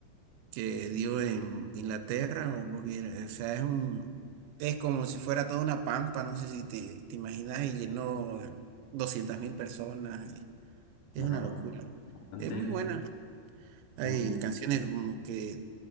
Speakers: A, on the right; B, on the left.
A: que dio en Inglaterra, o vos vier- o sea, es un, es como si fuera toda una pampa, no sé si te, te imaginas, y llenó doscientas mil personas, y es
B: no,
A: una locura,
B: bastante
A: es muy
B: bien.
A: buena, hay
B: Mm,
A: canciones como que